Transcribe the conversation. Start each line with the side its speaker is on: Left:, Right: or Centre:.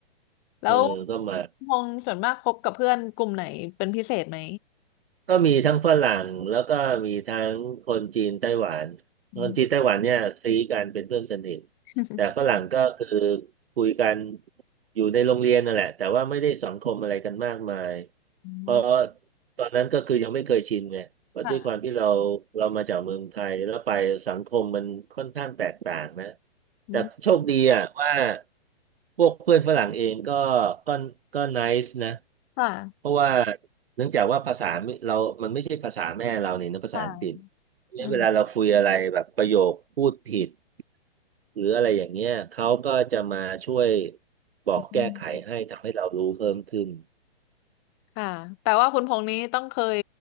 Left: แล้ว
Right: เออก็มา
Left: พงษ์ส่วนมากคบกับเพื่อนกลุ่มไหนเป็นพิเศษไหม
Right: ก็มีทั้งฝรั่งแล้วก็มีทั้งคนจีนไต้หวัน
Left: อืม
Right: คนจีนไต้หวันเนี่ยซีกันเป็นเพื่อนสนิท
Left: <laughs>
Right: แต่ฝรั่งก็คือคุยกันอยู่ในโรงเรียนนั่นแหละแต่ว่าไม่ได้สังคมอะไรกันมากมายเพราะ
Left: อ๋อ
Right: ตอนนั้นก็คือยังไม่เคยชินไง เพราะด้วยความที่เรา
Left: ค่ะ
Right: เรามาจากเมืองไทยแล้วไปสังคมมันค่อนข้างแตกต่างนะ
Left: อืม
Right: แต่โชคดีอ่ะว่าพวกเพื่อนฝรั่งเองก็ก็ก็ไนซ์นะ
Left: ค่ะ
Right: เพราะว่าเนื่องจากว่าภาษาไม่เรามันไม่ใช่ภาษาแม่เราเนี่ยนะภาษาอังกฤษ
Left: ค่ะ
Right: เนี่ยเวลาเราคุยอะไรแบบประโยคพูดผิด
Left: อืม
Right: หรืออะไรอย่างเงี้ยเขาก็จะมาช่วยบอกแก้ไขให้ทำให้เรารู้เพิ่มขึ้น
Left: อืมค่ะแปลว่าคุณพงษ์นี้ต้องเคย